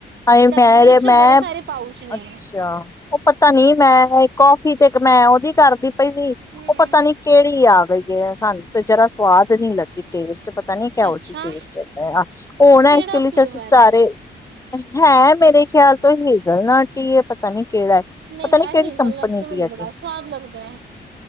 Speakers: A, on the left (about 15°); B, on the right (about 75°).
A: ਹ
B: ਡੱਬੇ
A: ਮੈਂਹਾ
B: ਚ
A: ਮੈਂ
B: ਬੜੇ ਸਾਰੇ ਪਾਊਚ ਨੇ।
A: ਅੱਛਾ, ਉਹ ਪਤਾ ਨੀ ਮੈਂ ਕਾਫੀ ਤੇ ਮੈਂ ਉਹਦੀ ਕਰਦੀ ਪਈ ਸੀ
B: ਹੂੰ
A: ਉਹ ਪਤਾ ਨੀ ਕਿਹੜੀ ਆ ਬਈ ਹੈ ਸਾਨੂੰ ਤੇ ਜਰਾ ਸਵਾਦ ਨੀ ਲੱਗੀ ਟੇਸਟ ਪਤਾ ਨੀ ਕਿਹਾਉਹ
B: ਅੱਛਾ
A: ਜੀ ਟੇਸਟ ਹੈ ਉਹ ਨਾ
B: ਕਿਹੜਾ
A: ਐਕਚੁਲੀ ਔ
B: ਫਲੇਵਰ
A: ਨਾ ਅਸੀ ਸਾਰੇ
B: ਐ?
A: ਹੈ ਮੇਰੇ ਖਿਆਲ ਤੋਂ ਹੇਜ਼ਲ ਨਟ ਹੀ ਹੈ ਪਤਾ ਨੀ ਕਿਹੜਾ ਹੈ,
B: ਨਹੀਂ
A: ਪਤਾ
B: ਯਾਰ
A: ਨੀ ਕਿਹੜੀ
B: ਹੇਜ਼ਲਨਟ
A: ਕੰਪਨੀ
B: ਤੇ ਮੈਨੂੰ
A: ਦੀ ਹੈਗੀ
B: ਬੜਾ ਸਵਾਦ ਲੱਗਦਾ ਐ।